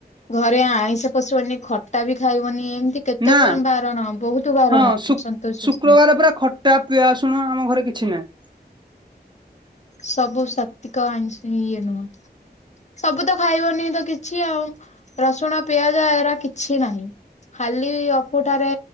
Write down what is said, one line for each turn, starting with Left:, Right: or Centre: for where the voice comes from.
Left: ଘରେ ଆଇଁଷ ପଶିବନି ଖଟା ବି ଖାଇବନି ଏମିତି କେତେ
Right: ନା
Left: କଣ ବାରଣ ବୋହୁତ ବାରଣ
Right: ହଁ ଶୁ
Left: ସନ୍ତୋସି
Right: ଶୁକ୍ରବାର
Left: ଓଷା।
Right: ପୁରା ଖ ଟା ପିଆଶୁଣ ଆମ ଘରେ କିଛି ନାହିଁ।
Left: ସବୁ ଶକ୍ତିକ ଆଇଁଷ ଇଏ ନୁହଁ। ସବୁ ତ ଖାଇବନି ତ କିଛି ଆଉ ରସୁଣ ପିଆଜ ଏରା କିଛି ନାହିଁ। ଖାଲି ଅ କୁଠାରେ